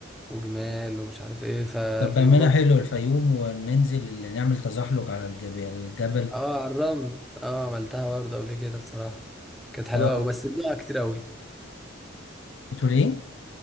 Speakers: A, in the centre; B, on the left.
A: وجمال ومش عارف ايه فالفيوم
B: طب بأمانة
A: برضو
B: حلو
A: <laughs>
B: الفيوم وننزل اللي نعمل تزحلق على الجبل الجبل
A: اه على الرمل اه عملتها برضو قبل كده بصراحة كانت حلوة
B: اه
A: أوي بس بيقع كتير أوي
B: بتقول ايه؟